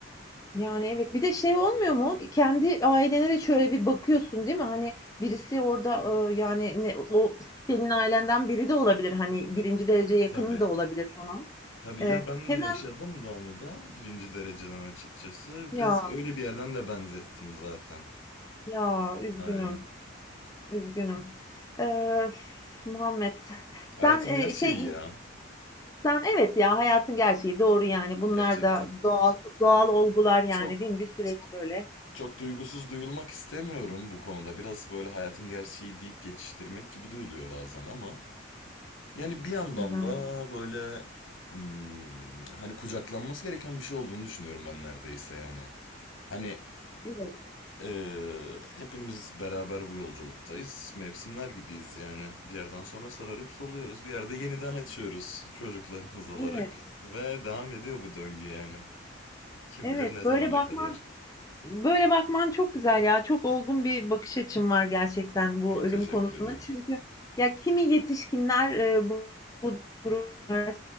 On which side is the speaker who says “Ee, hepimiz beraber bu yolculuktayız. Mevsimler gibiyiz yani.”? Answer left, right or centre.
Left